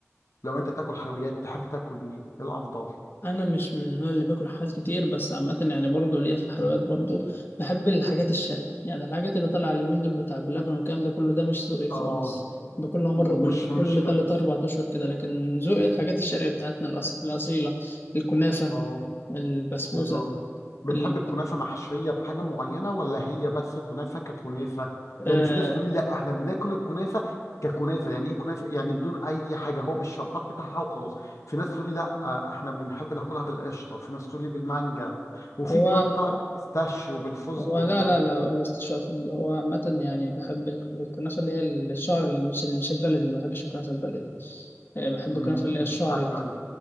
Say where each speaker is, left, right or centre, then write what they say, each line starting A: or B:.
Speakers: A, on the left; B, on the left.
A: لو انت تاكل حلويات تحب تاكل ايه الافضل
B: انا مش من النوع اللي باكل حاجات كتير بس عامه يعني برضه ليا في الحلويات برضه بحب الحاجات الشرقي يعني الحاجات اللي طالعه اليومين دول بتاع بلبن والكلام ده كله ده مش ذوقي خالص
A: اه
B: باكلها مره
A: مش
B: كل
A: مش
B: كل
A: حلو
B: تلات اربع اشهر كده لكن ذوقي الحاجات الشرقيه بتاعتنا الأص... الاصيله الكنافه
A: اه
B: البسبوسه
A: حلو قوي بتحب
B: ال...
A: الكنافه محشيه بحاجه معينه ولا هي بس كنافه ككنافه يعني
B: آه...
A: في ناس تقول لي لا احنا بناكل الكنافه ككنافه يعني ايه كنافه يعني بدون اي حاجه هو بالشربات بتاعها وخلاص في ناس تقول لي لا آه، احنا بنحب ناكلها بالقشطه في ناس تقول لي بالمانجا وفي
B: هو
A: دلوقتي طلع بالبيستاشيو وبالفستق
B: هو لا
A: ده
B: لا لا ولا بستشاف هو عامة يعني بحب ال- الكنافة اللي هي الشعر اللي مش مش البلدي ما بحبش الكنافة البلدي آه، بحب
A: امم
B: الكنافة اللي هي الشعر
A: ايوه
B: دي
A: ايوه